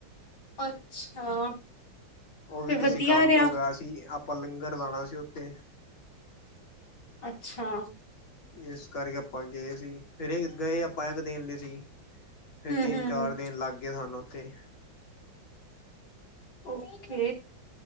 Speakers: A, on the left; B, on the left.
A: ਅੱਛਾ
B: ਉਹ ਵੀ
A: ਫਿਰ
B: ਕਿਸੇ
A: ਵਧੀਆ
B: ਕੰਮ
A: ਰਿਹਾ
B: ਤੋਂ ਗਿਆ ਸੀ ਆਪਾਂ ਲੰਗਰ ਲਾਣਾ ਸੀ ਉੱਥੇ।
A: ਅੱਛਾ
B: ਇਸ ਕਰਕੇ ਆਪਾਂ ਗਏ ਸੀ। ਫਿਰ ਗਏ ਆਪਾਂ ਇੱਕ ਦਿਨ ਲਈ ਸੀ। ਫੇਰ
A: ਹਮ
B: ਤਿੰਨ-ਚਾਰ
A: ਹਮ
B: ਦਿਨ ਲੱਗ ਗਏ ਸਾਨੂੰ। ਤੇ
A: ਓਕੇ।